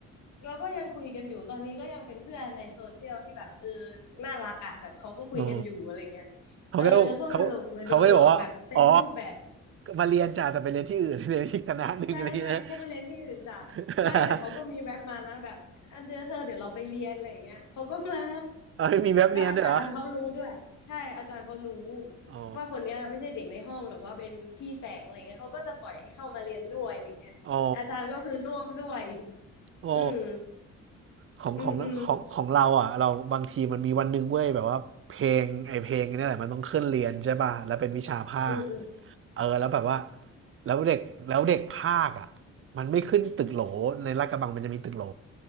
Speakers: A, on the left (about 70°); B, on the right (about 45°).
A: เราก็ยังคุยกันอยู่ตอนนี้ก็ยังเป็นเพื่อนในโซเชียลที่แบบเออน่ารักอ่ะแบบเขาก็คุยกันอยู่อะไรเงี้ย
B: อ๋อเขาก็เขาเขาก็จะบอกว่าอ๋อ
A: เออโคตรตลกเลยโดนหลอกแบบเต็มรูปแบบ
B: มาเรียนจ้าแต่ไปเรียนที่อื่น <laughs> เรียนที่คณะหนึ่งอะไรเงี้ย
A: ใช่ใช่แค่ไปเรียนที่อื่นจ้ะไม่แต่เขาก็มีแว็บมานะแบบอันเดียวเธอเดี๋ยวเราไปเรียนอะไรอย่างเงี้ยเขาก็มา
B: <laughs> เอาไม่มีแบบเนียนด้วยเหรอ
A: แล้วอาจารย์เขารู้ด้วยใช่อาจารย์เขารู้
B: อ๋อ
A: ว่าคนเนี้ยไม่ใช่เด็กในห้องหรือว่าเป็นพี่แฝงอะไรเงี้ยเขาก็จะปล่อยให้เข้ามาเรียนด้วยอะไรเงี้ยอาจารย์ก็คือร่วมด้วย
B: อ๋ออ๋อ
A: อืม
B: ของของของของเราอ่ะเราบางทีมันมีวันหนึ่งเว้ยแบบว่าเพลงไอเพลงนี่แหละมันต้องขึ้นเรียนใช่ป่ะแล้วเป็นวิชาภาค
A: อืมอืมอืมอืม
B: เออแล้วแบบว่าแล้วเด็กแล้วเด็กภาคอ่ะมันไม่ขึ้นตึกโหลในลาดกระบังมันจะมีตึกโหล